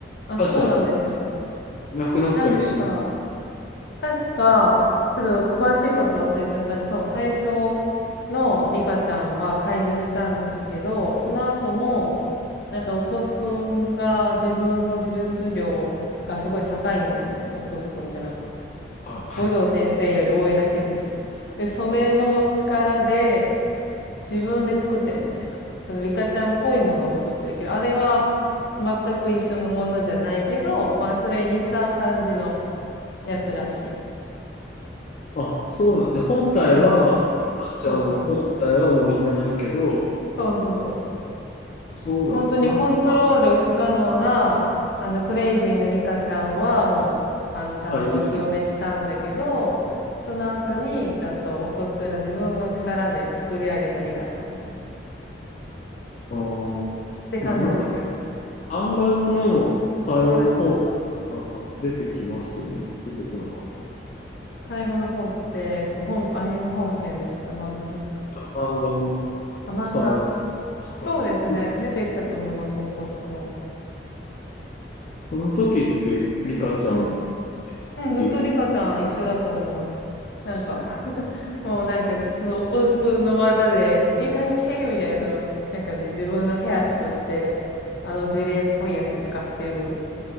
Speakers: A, on the left (about 65°); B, on the left (about 40°).
A: あ、
B: カちゃんって
A: そうなんですよ。
B: いなくなったりしないです。
A: なんか、確か、ちょっと詳しいこと忘れちゃったね。そう、最初のリカちゃんは解除したんですけど、その後も、なんか、お骨くんが自分の自立量がすごい高いんですね。お骨くんってなんか、
B: はい。<laughs>
A: 五条先生より多いらしいんですよ。で、それの力で
B: あー
A: 自分で作ってるみたいな。そのリカちゃんっぽいものを作ってるけど、あれは全く一緒のものじゃないけど、まあ、それに似た感じのやつらしい。
B: あ、そうなん。じゃあ本体は、
A: うん。
B: か
A: そう。
B: っちゃんの本体はもういないけど、
A: そうそうそう。
B: そうだ。
A: 本当にコントロール不可能な、
B: なんか、あ、
A: あの、クレイジーなリカちゃんはもう、
B: はい、
A: あの、ちゃんとお清めしたんだけど、
B: あいない。
A: その後に、ちゃんとおこつくんが自分の力で作り上げたリカちゃんみたいな。っ
B: あーな、
A: て感じだった気がします。
B: なんか、漫画の最後の方とかってなんか出てきますよね。
A: はい。
B: 出てこなかっ
A: 最後の方って、えっと、本、アニメ本編ですか漫画ですか
B: た。漫画の
A: あ、漫画。
B: 最後、なんか、
A: そうですね。
B: で、
A: 出てきたと思います、おこつくん。
B: その時ってリカちゃん
A: うん。うん、ずっとリカちゃん一緒だと思います。
B: いる、
A: なんか
B: そうな
A: <laughs> もうなんか、そのおこづくんの技で、理解系みたいな、その、なんかね、自分の手足として、あの呪霊っぽいやつ使ってる